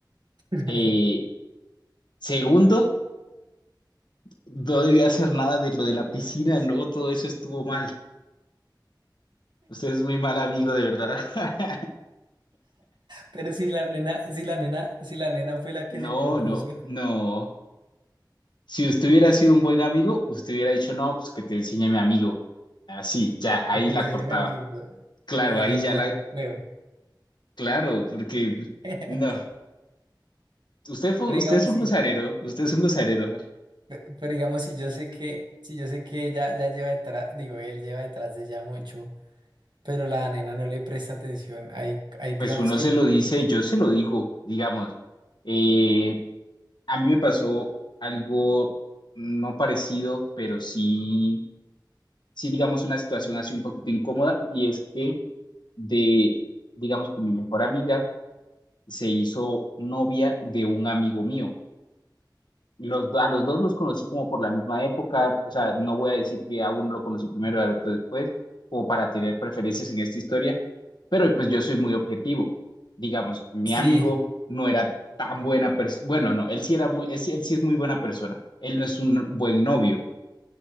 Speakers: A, on the right; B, on the left.
A: <laughs>
B: Eh, segundo, No debía hacer nada de lo de la piscina, no, todo eso estuvo mal. Usted es muy mal amigo, de verdad. <laughs>
A: Pero si la nena, si la nena, si la nena fue la que
B: No,
A: se propuso.
B: no, no. Si usted hubiera sido un buen amigo, usted hubiera dicho, no, pues que te enseñe a mi amigo. Así, ya,
A: que
B: ahí
A: te
B: la
A: enseñé
B: cortaba.
A: mi amigo.
B: Claro,
A: Le digo,
B: ahí
A: no,
B: ya la,
A: yo juego.
B: claro, porque
A: <laughs>
B: no. Usted fue,
A: Pero
B: usted
A: digamos
B: es un
A: si,
B: gozarero, usted es un gozarero.
A: pero digamos si yo sé que, si yo sé que ella ya lleva detrás, digo, él lleva detrás de ella mucho, pero la nena no le presta atención. Ahí, ahí digamos
B: Pues uno
A: que
B: se
A: yo
B: lo
A: ya
B: dice,
A: le...
B: yo
A: <laughs>
B: se lo digo, digamos. Eh, a mí me pasó algo no parecido, pero sí sí, digamos, una situación así un poquito incómoda y es que de, digamos que mi mejor amiga se hizo novia de un amigo mío. Los, do- a los dos los conocí como por la misma época, o sea, no voy a decir que a uno lo conocí primero y al otro después, como para tener preferencias en esta historia, pero pues yo soy muy objetivo. Digamos, mi
A: Sí,
B: amigo no era tan buena persona, bueno, no, él sí era muy, él sí él sí es muy buena persona, él no es un buen novio